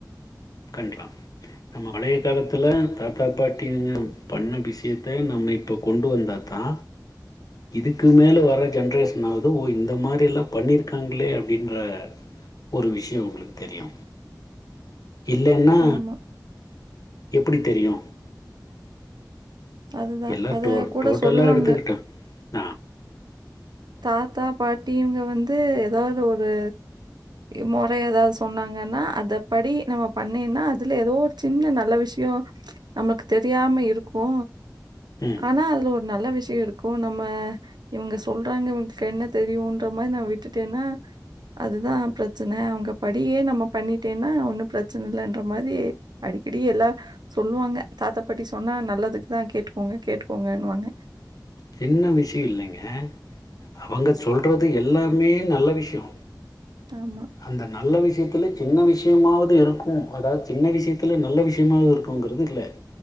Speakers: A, on the left; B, on the right.
A: கண்டிலா நம்ம பழைய காலத்தில தாத்தா பாட்டிங்க பண்ண விஷயத்த நம்ம இப்போ கொண்டு வந்தா தா இதுக்கு மேலே வர ஜென்ரேஷனாவது ஓ இந்த மாரில்லா பண்ணியிருக்காங்களே அப்படின்ற ஒரு விஷய உங்களுக்கு தெரியு இல்லன்னா
B: ஆமா.
A: எப்படி தெரியு
B: அதுதான்.
A: எல்லாடோ
B: அத கூட
A: டோட்டல்லா
B: சொல்லுவாங்க.
A: எடுத்துக்கிட்டோ ஆ
B: தாத்தா பாட்டிங்க இவங்க வந்து ஏதாவது ஒரு மொற ஏதாவது சொன்னாங்கன்னா அத படி நம்ம பண்ணீன்னா அதுல ஏதோர் சின்ன நல்ல விஷயோ நம்மளுக்கு தெரியாம இருக்கு
A: ம்
B: ஆனா அதுல ஒரு நல்ல விஷய இருக்கு நம்ம இவங்க சொல் ல்றாங்க இங்களுக்கு என்ன தெரியும்ன்ற மாரி நா விட்டுட்டேன்னா அதுதா ப்ரச்சன அவங்க படியே நம்ம பண்ணிட்டேன்னா ஒன்னு ப்ரச்சனை இல்லன்ற மாரி அடிக்கடி எல்லா சொல்லுவாங்க தாத்தா பாட்டி சொன்னா நல்லதுக்கு தா கேட்டுக்கோங்க கேட்டுக்கோங்கன்னு வாங்க
A: சின்ன விஷய இல்லைங்க அவங்க சொல்றது எல்லாமே நல்ல விஷயோ
B: ஆமா
A: அந்த நல்ல விஷ்யத்தில சின்ன விஷ்யமாவது இருக்கு அதாவது சின்ன விஷ்யத்தில நல்ல விஷ்யமாவது இருக்குங்கிறது இல்ல